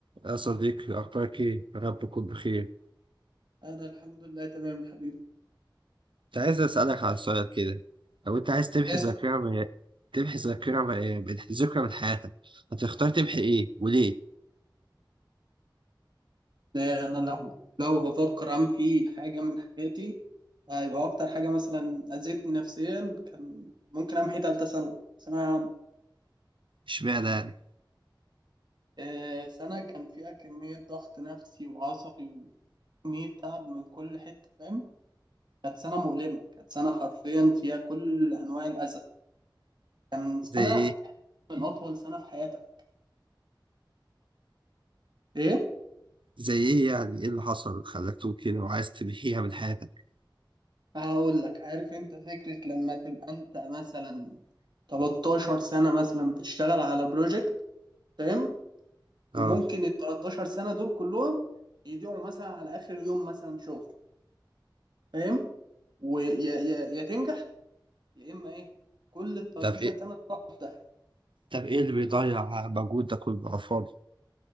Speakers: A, on the right; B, on the right.
A: يا صديقي أخبارك إيه؟ يا رب تكون بخير،
B: أنا الحمد لله تمام يا حبيبي
A: كنت عايز أسألك على سؤال كده، لو أنت عايز تمحي
B: بس
A: ذاكرة من تمحي ذاكرة من من- ذكرى من حياتك، هتختار تمحي إيه وليه؟
B: آه، أنا لو لو بفكر أعمل في حاجة من حياتي هيبقى أكتر حاجة مثلا أذتني نفسيا كان ممكن أمحي تالتة ثانوي ثانوية عامة
A: إشمعنى يعني؟
B: آه، سنة كان فيها كمية ضغط نفسي وعصبي وكمية تعب من كل حتة فاهم كانت سنة مؤلمة كانت سنة حرفيا فيها كل أنواع الأذى كان سنة
A: زي إيه؟
B: من أطول سنة في حياتك إيه؟
A: زي إيه يعني؟ إيه اللي حصل خلاك تقول كده وعايز تمحيها من حياتك؟
B: هقول لك عارف انت فكرة لما تبقى انت مثلا 13 سنة مثلا بتشتغل على بروجكت فاهم وممكن
A: آه،
B: ال 13 سنة دول كلهم يضيعوا مثلا على آخر يوم مثلا شغل فاهم ويا يا يا تنجح يا إما إيه كل ال 13
A: طب إيه؟
B: سنة تروح في داهية
A: طب إيه اللي بيضيع مجهود ده كله على الفاضي؟